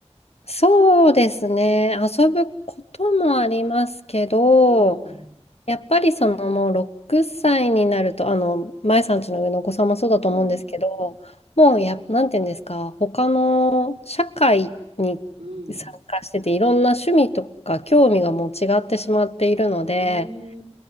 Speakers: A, on the left; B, on the right.
A: そうですね。遊ぶこともありますけど、
B: うん。
A: やっぱりそのもう6歳になると、あの、まえさんちの上のお子さんもそうだと思うんですけど、
B: うん。
A: もうや、なんていうんですか、他の社会に参加してて、
B: うん。
A: いろんな趣味とか興味がもう違ってしまっているので、
B: うん。